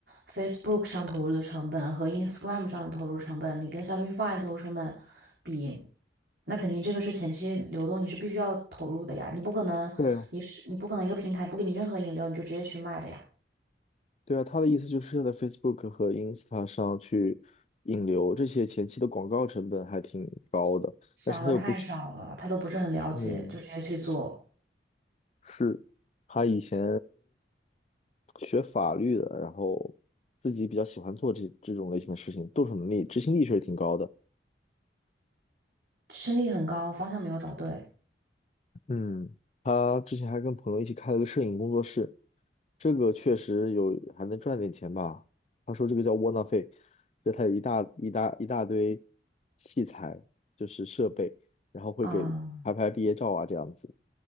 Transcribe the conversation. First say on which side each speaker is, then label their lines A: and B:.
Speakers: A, on the right (about 60°); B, on the left (about 35°).
A: Facebook 上投入的成本和 Instagram 上的投入成本，你跟 Shopify 的投入成本比，那肯定这个是前期流动，你是必须要投入的呀，你不可能，
B: 对啊，
A: 你是你不可能一个平台不给你任何引流，你就直接去卖的呀，
B: 对啊，他的意思就是要在 Facebook 和 Insta 上去引流，这些前期的广告成本还挺高的，
A: 想的太少了，
B: 但是他又不去，
A: 他都不是很了解，
B: 嗯。
A: 就直接去做。
B: 是他以前学法律的，然后自己比较喜欢做这这种类型的事情，动手能力、执行力确实挺高的。
A: 胜率很高，方向没有找对
B: 嗯他之前还跟朋友一起开了个摄影工作室，这个确实有还能赚点钱吧。他说这个叫窝囊废，就他有一大一大一大堆器材，就是设备，然后会给拍拍毕业照啊这样子。
A: 啊。